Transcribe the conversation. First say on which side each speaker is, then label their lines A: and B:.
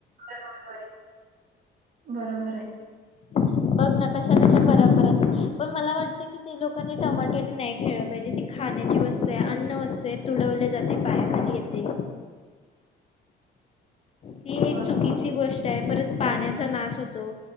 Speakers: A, on the right; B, on the left.
A: बरोबर आहे बरोबर आहे
B: <inaudible> बघ ना कशा कशा परंपरा असतात पण मला वाटत कि ते लोकांनी टमॅटो नाही खेळल पाहिजे ते खा खाण्याची वस्तू आहे अन्न वस्तू आहे तुडवले जाते पायाखाली येते ती एक
A: बरोबर.
B: चुकीची गोष्ट आहे परत पाण्याचा नाश होतो